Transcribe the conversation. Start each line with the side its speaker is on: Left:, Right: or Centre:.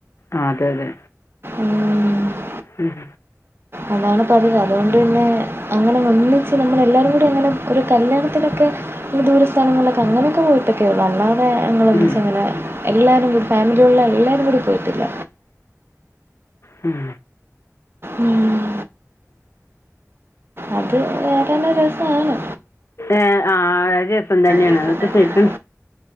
Left: ആഹ് അതെ അതെ
Right: ഉം.
Left: ഉം
Right: അതാണ് പതിവ് അതുകൊണ്ട് തന്നെ അങ്ങനെ ഒന്നിച്ച് നമ്മളെല്ലാവരും കൂടി അങ്ങനെ ഒരു കല്യാണത്തിനൊക്കെ ദൂരസ്ഥാനങ്ങളൊെ അങ്ങനൊക്കെ പോയിട്ടൊക്കെ ഉള്ളൂ അല്ല അങ്ങനെ ഞങ്ങളൊന്നച്ച്
Left: ഉം
Right: അങ്ങനെ എല്ലാവരും കൂടി ഫാമിലിയുള്ള എല്ലാവരും കൂടി പോയിട്ടില്ല
Left: ഉം
Right: ഉം അത് രസമാണ്
Left: ഏർ ആഹ രസം തന്നെയാണ്
Right: രസം
Left: അതൊക്കെ
Right: തന്നെയാണ്
Left: സരിക്ക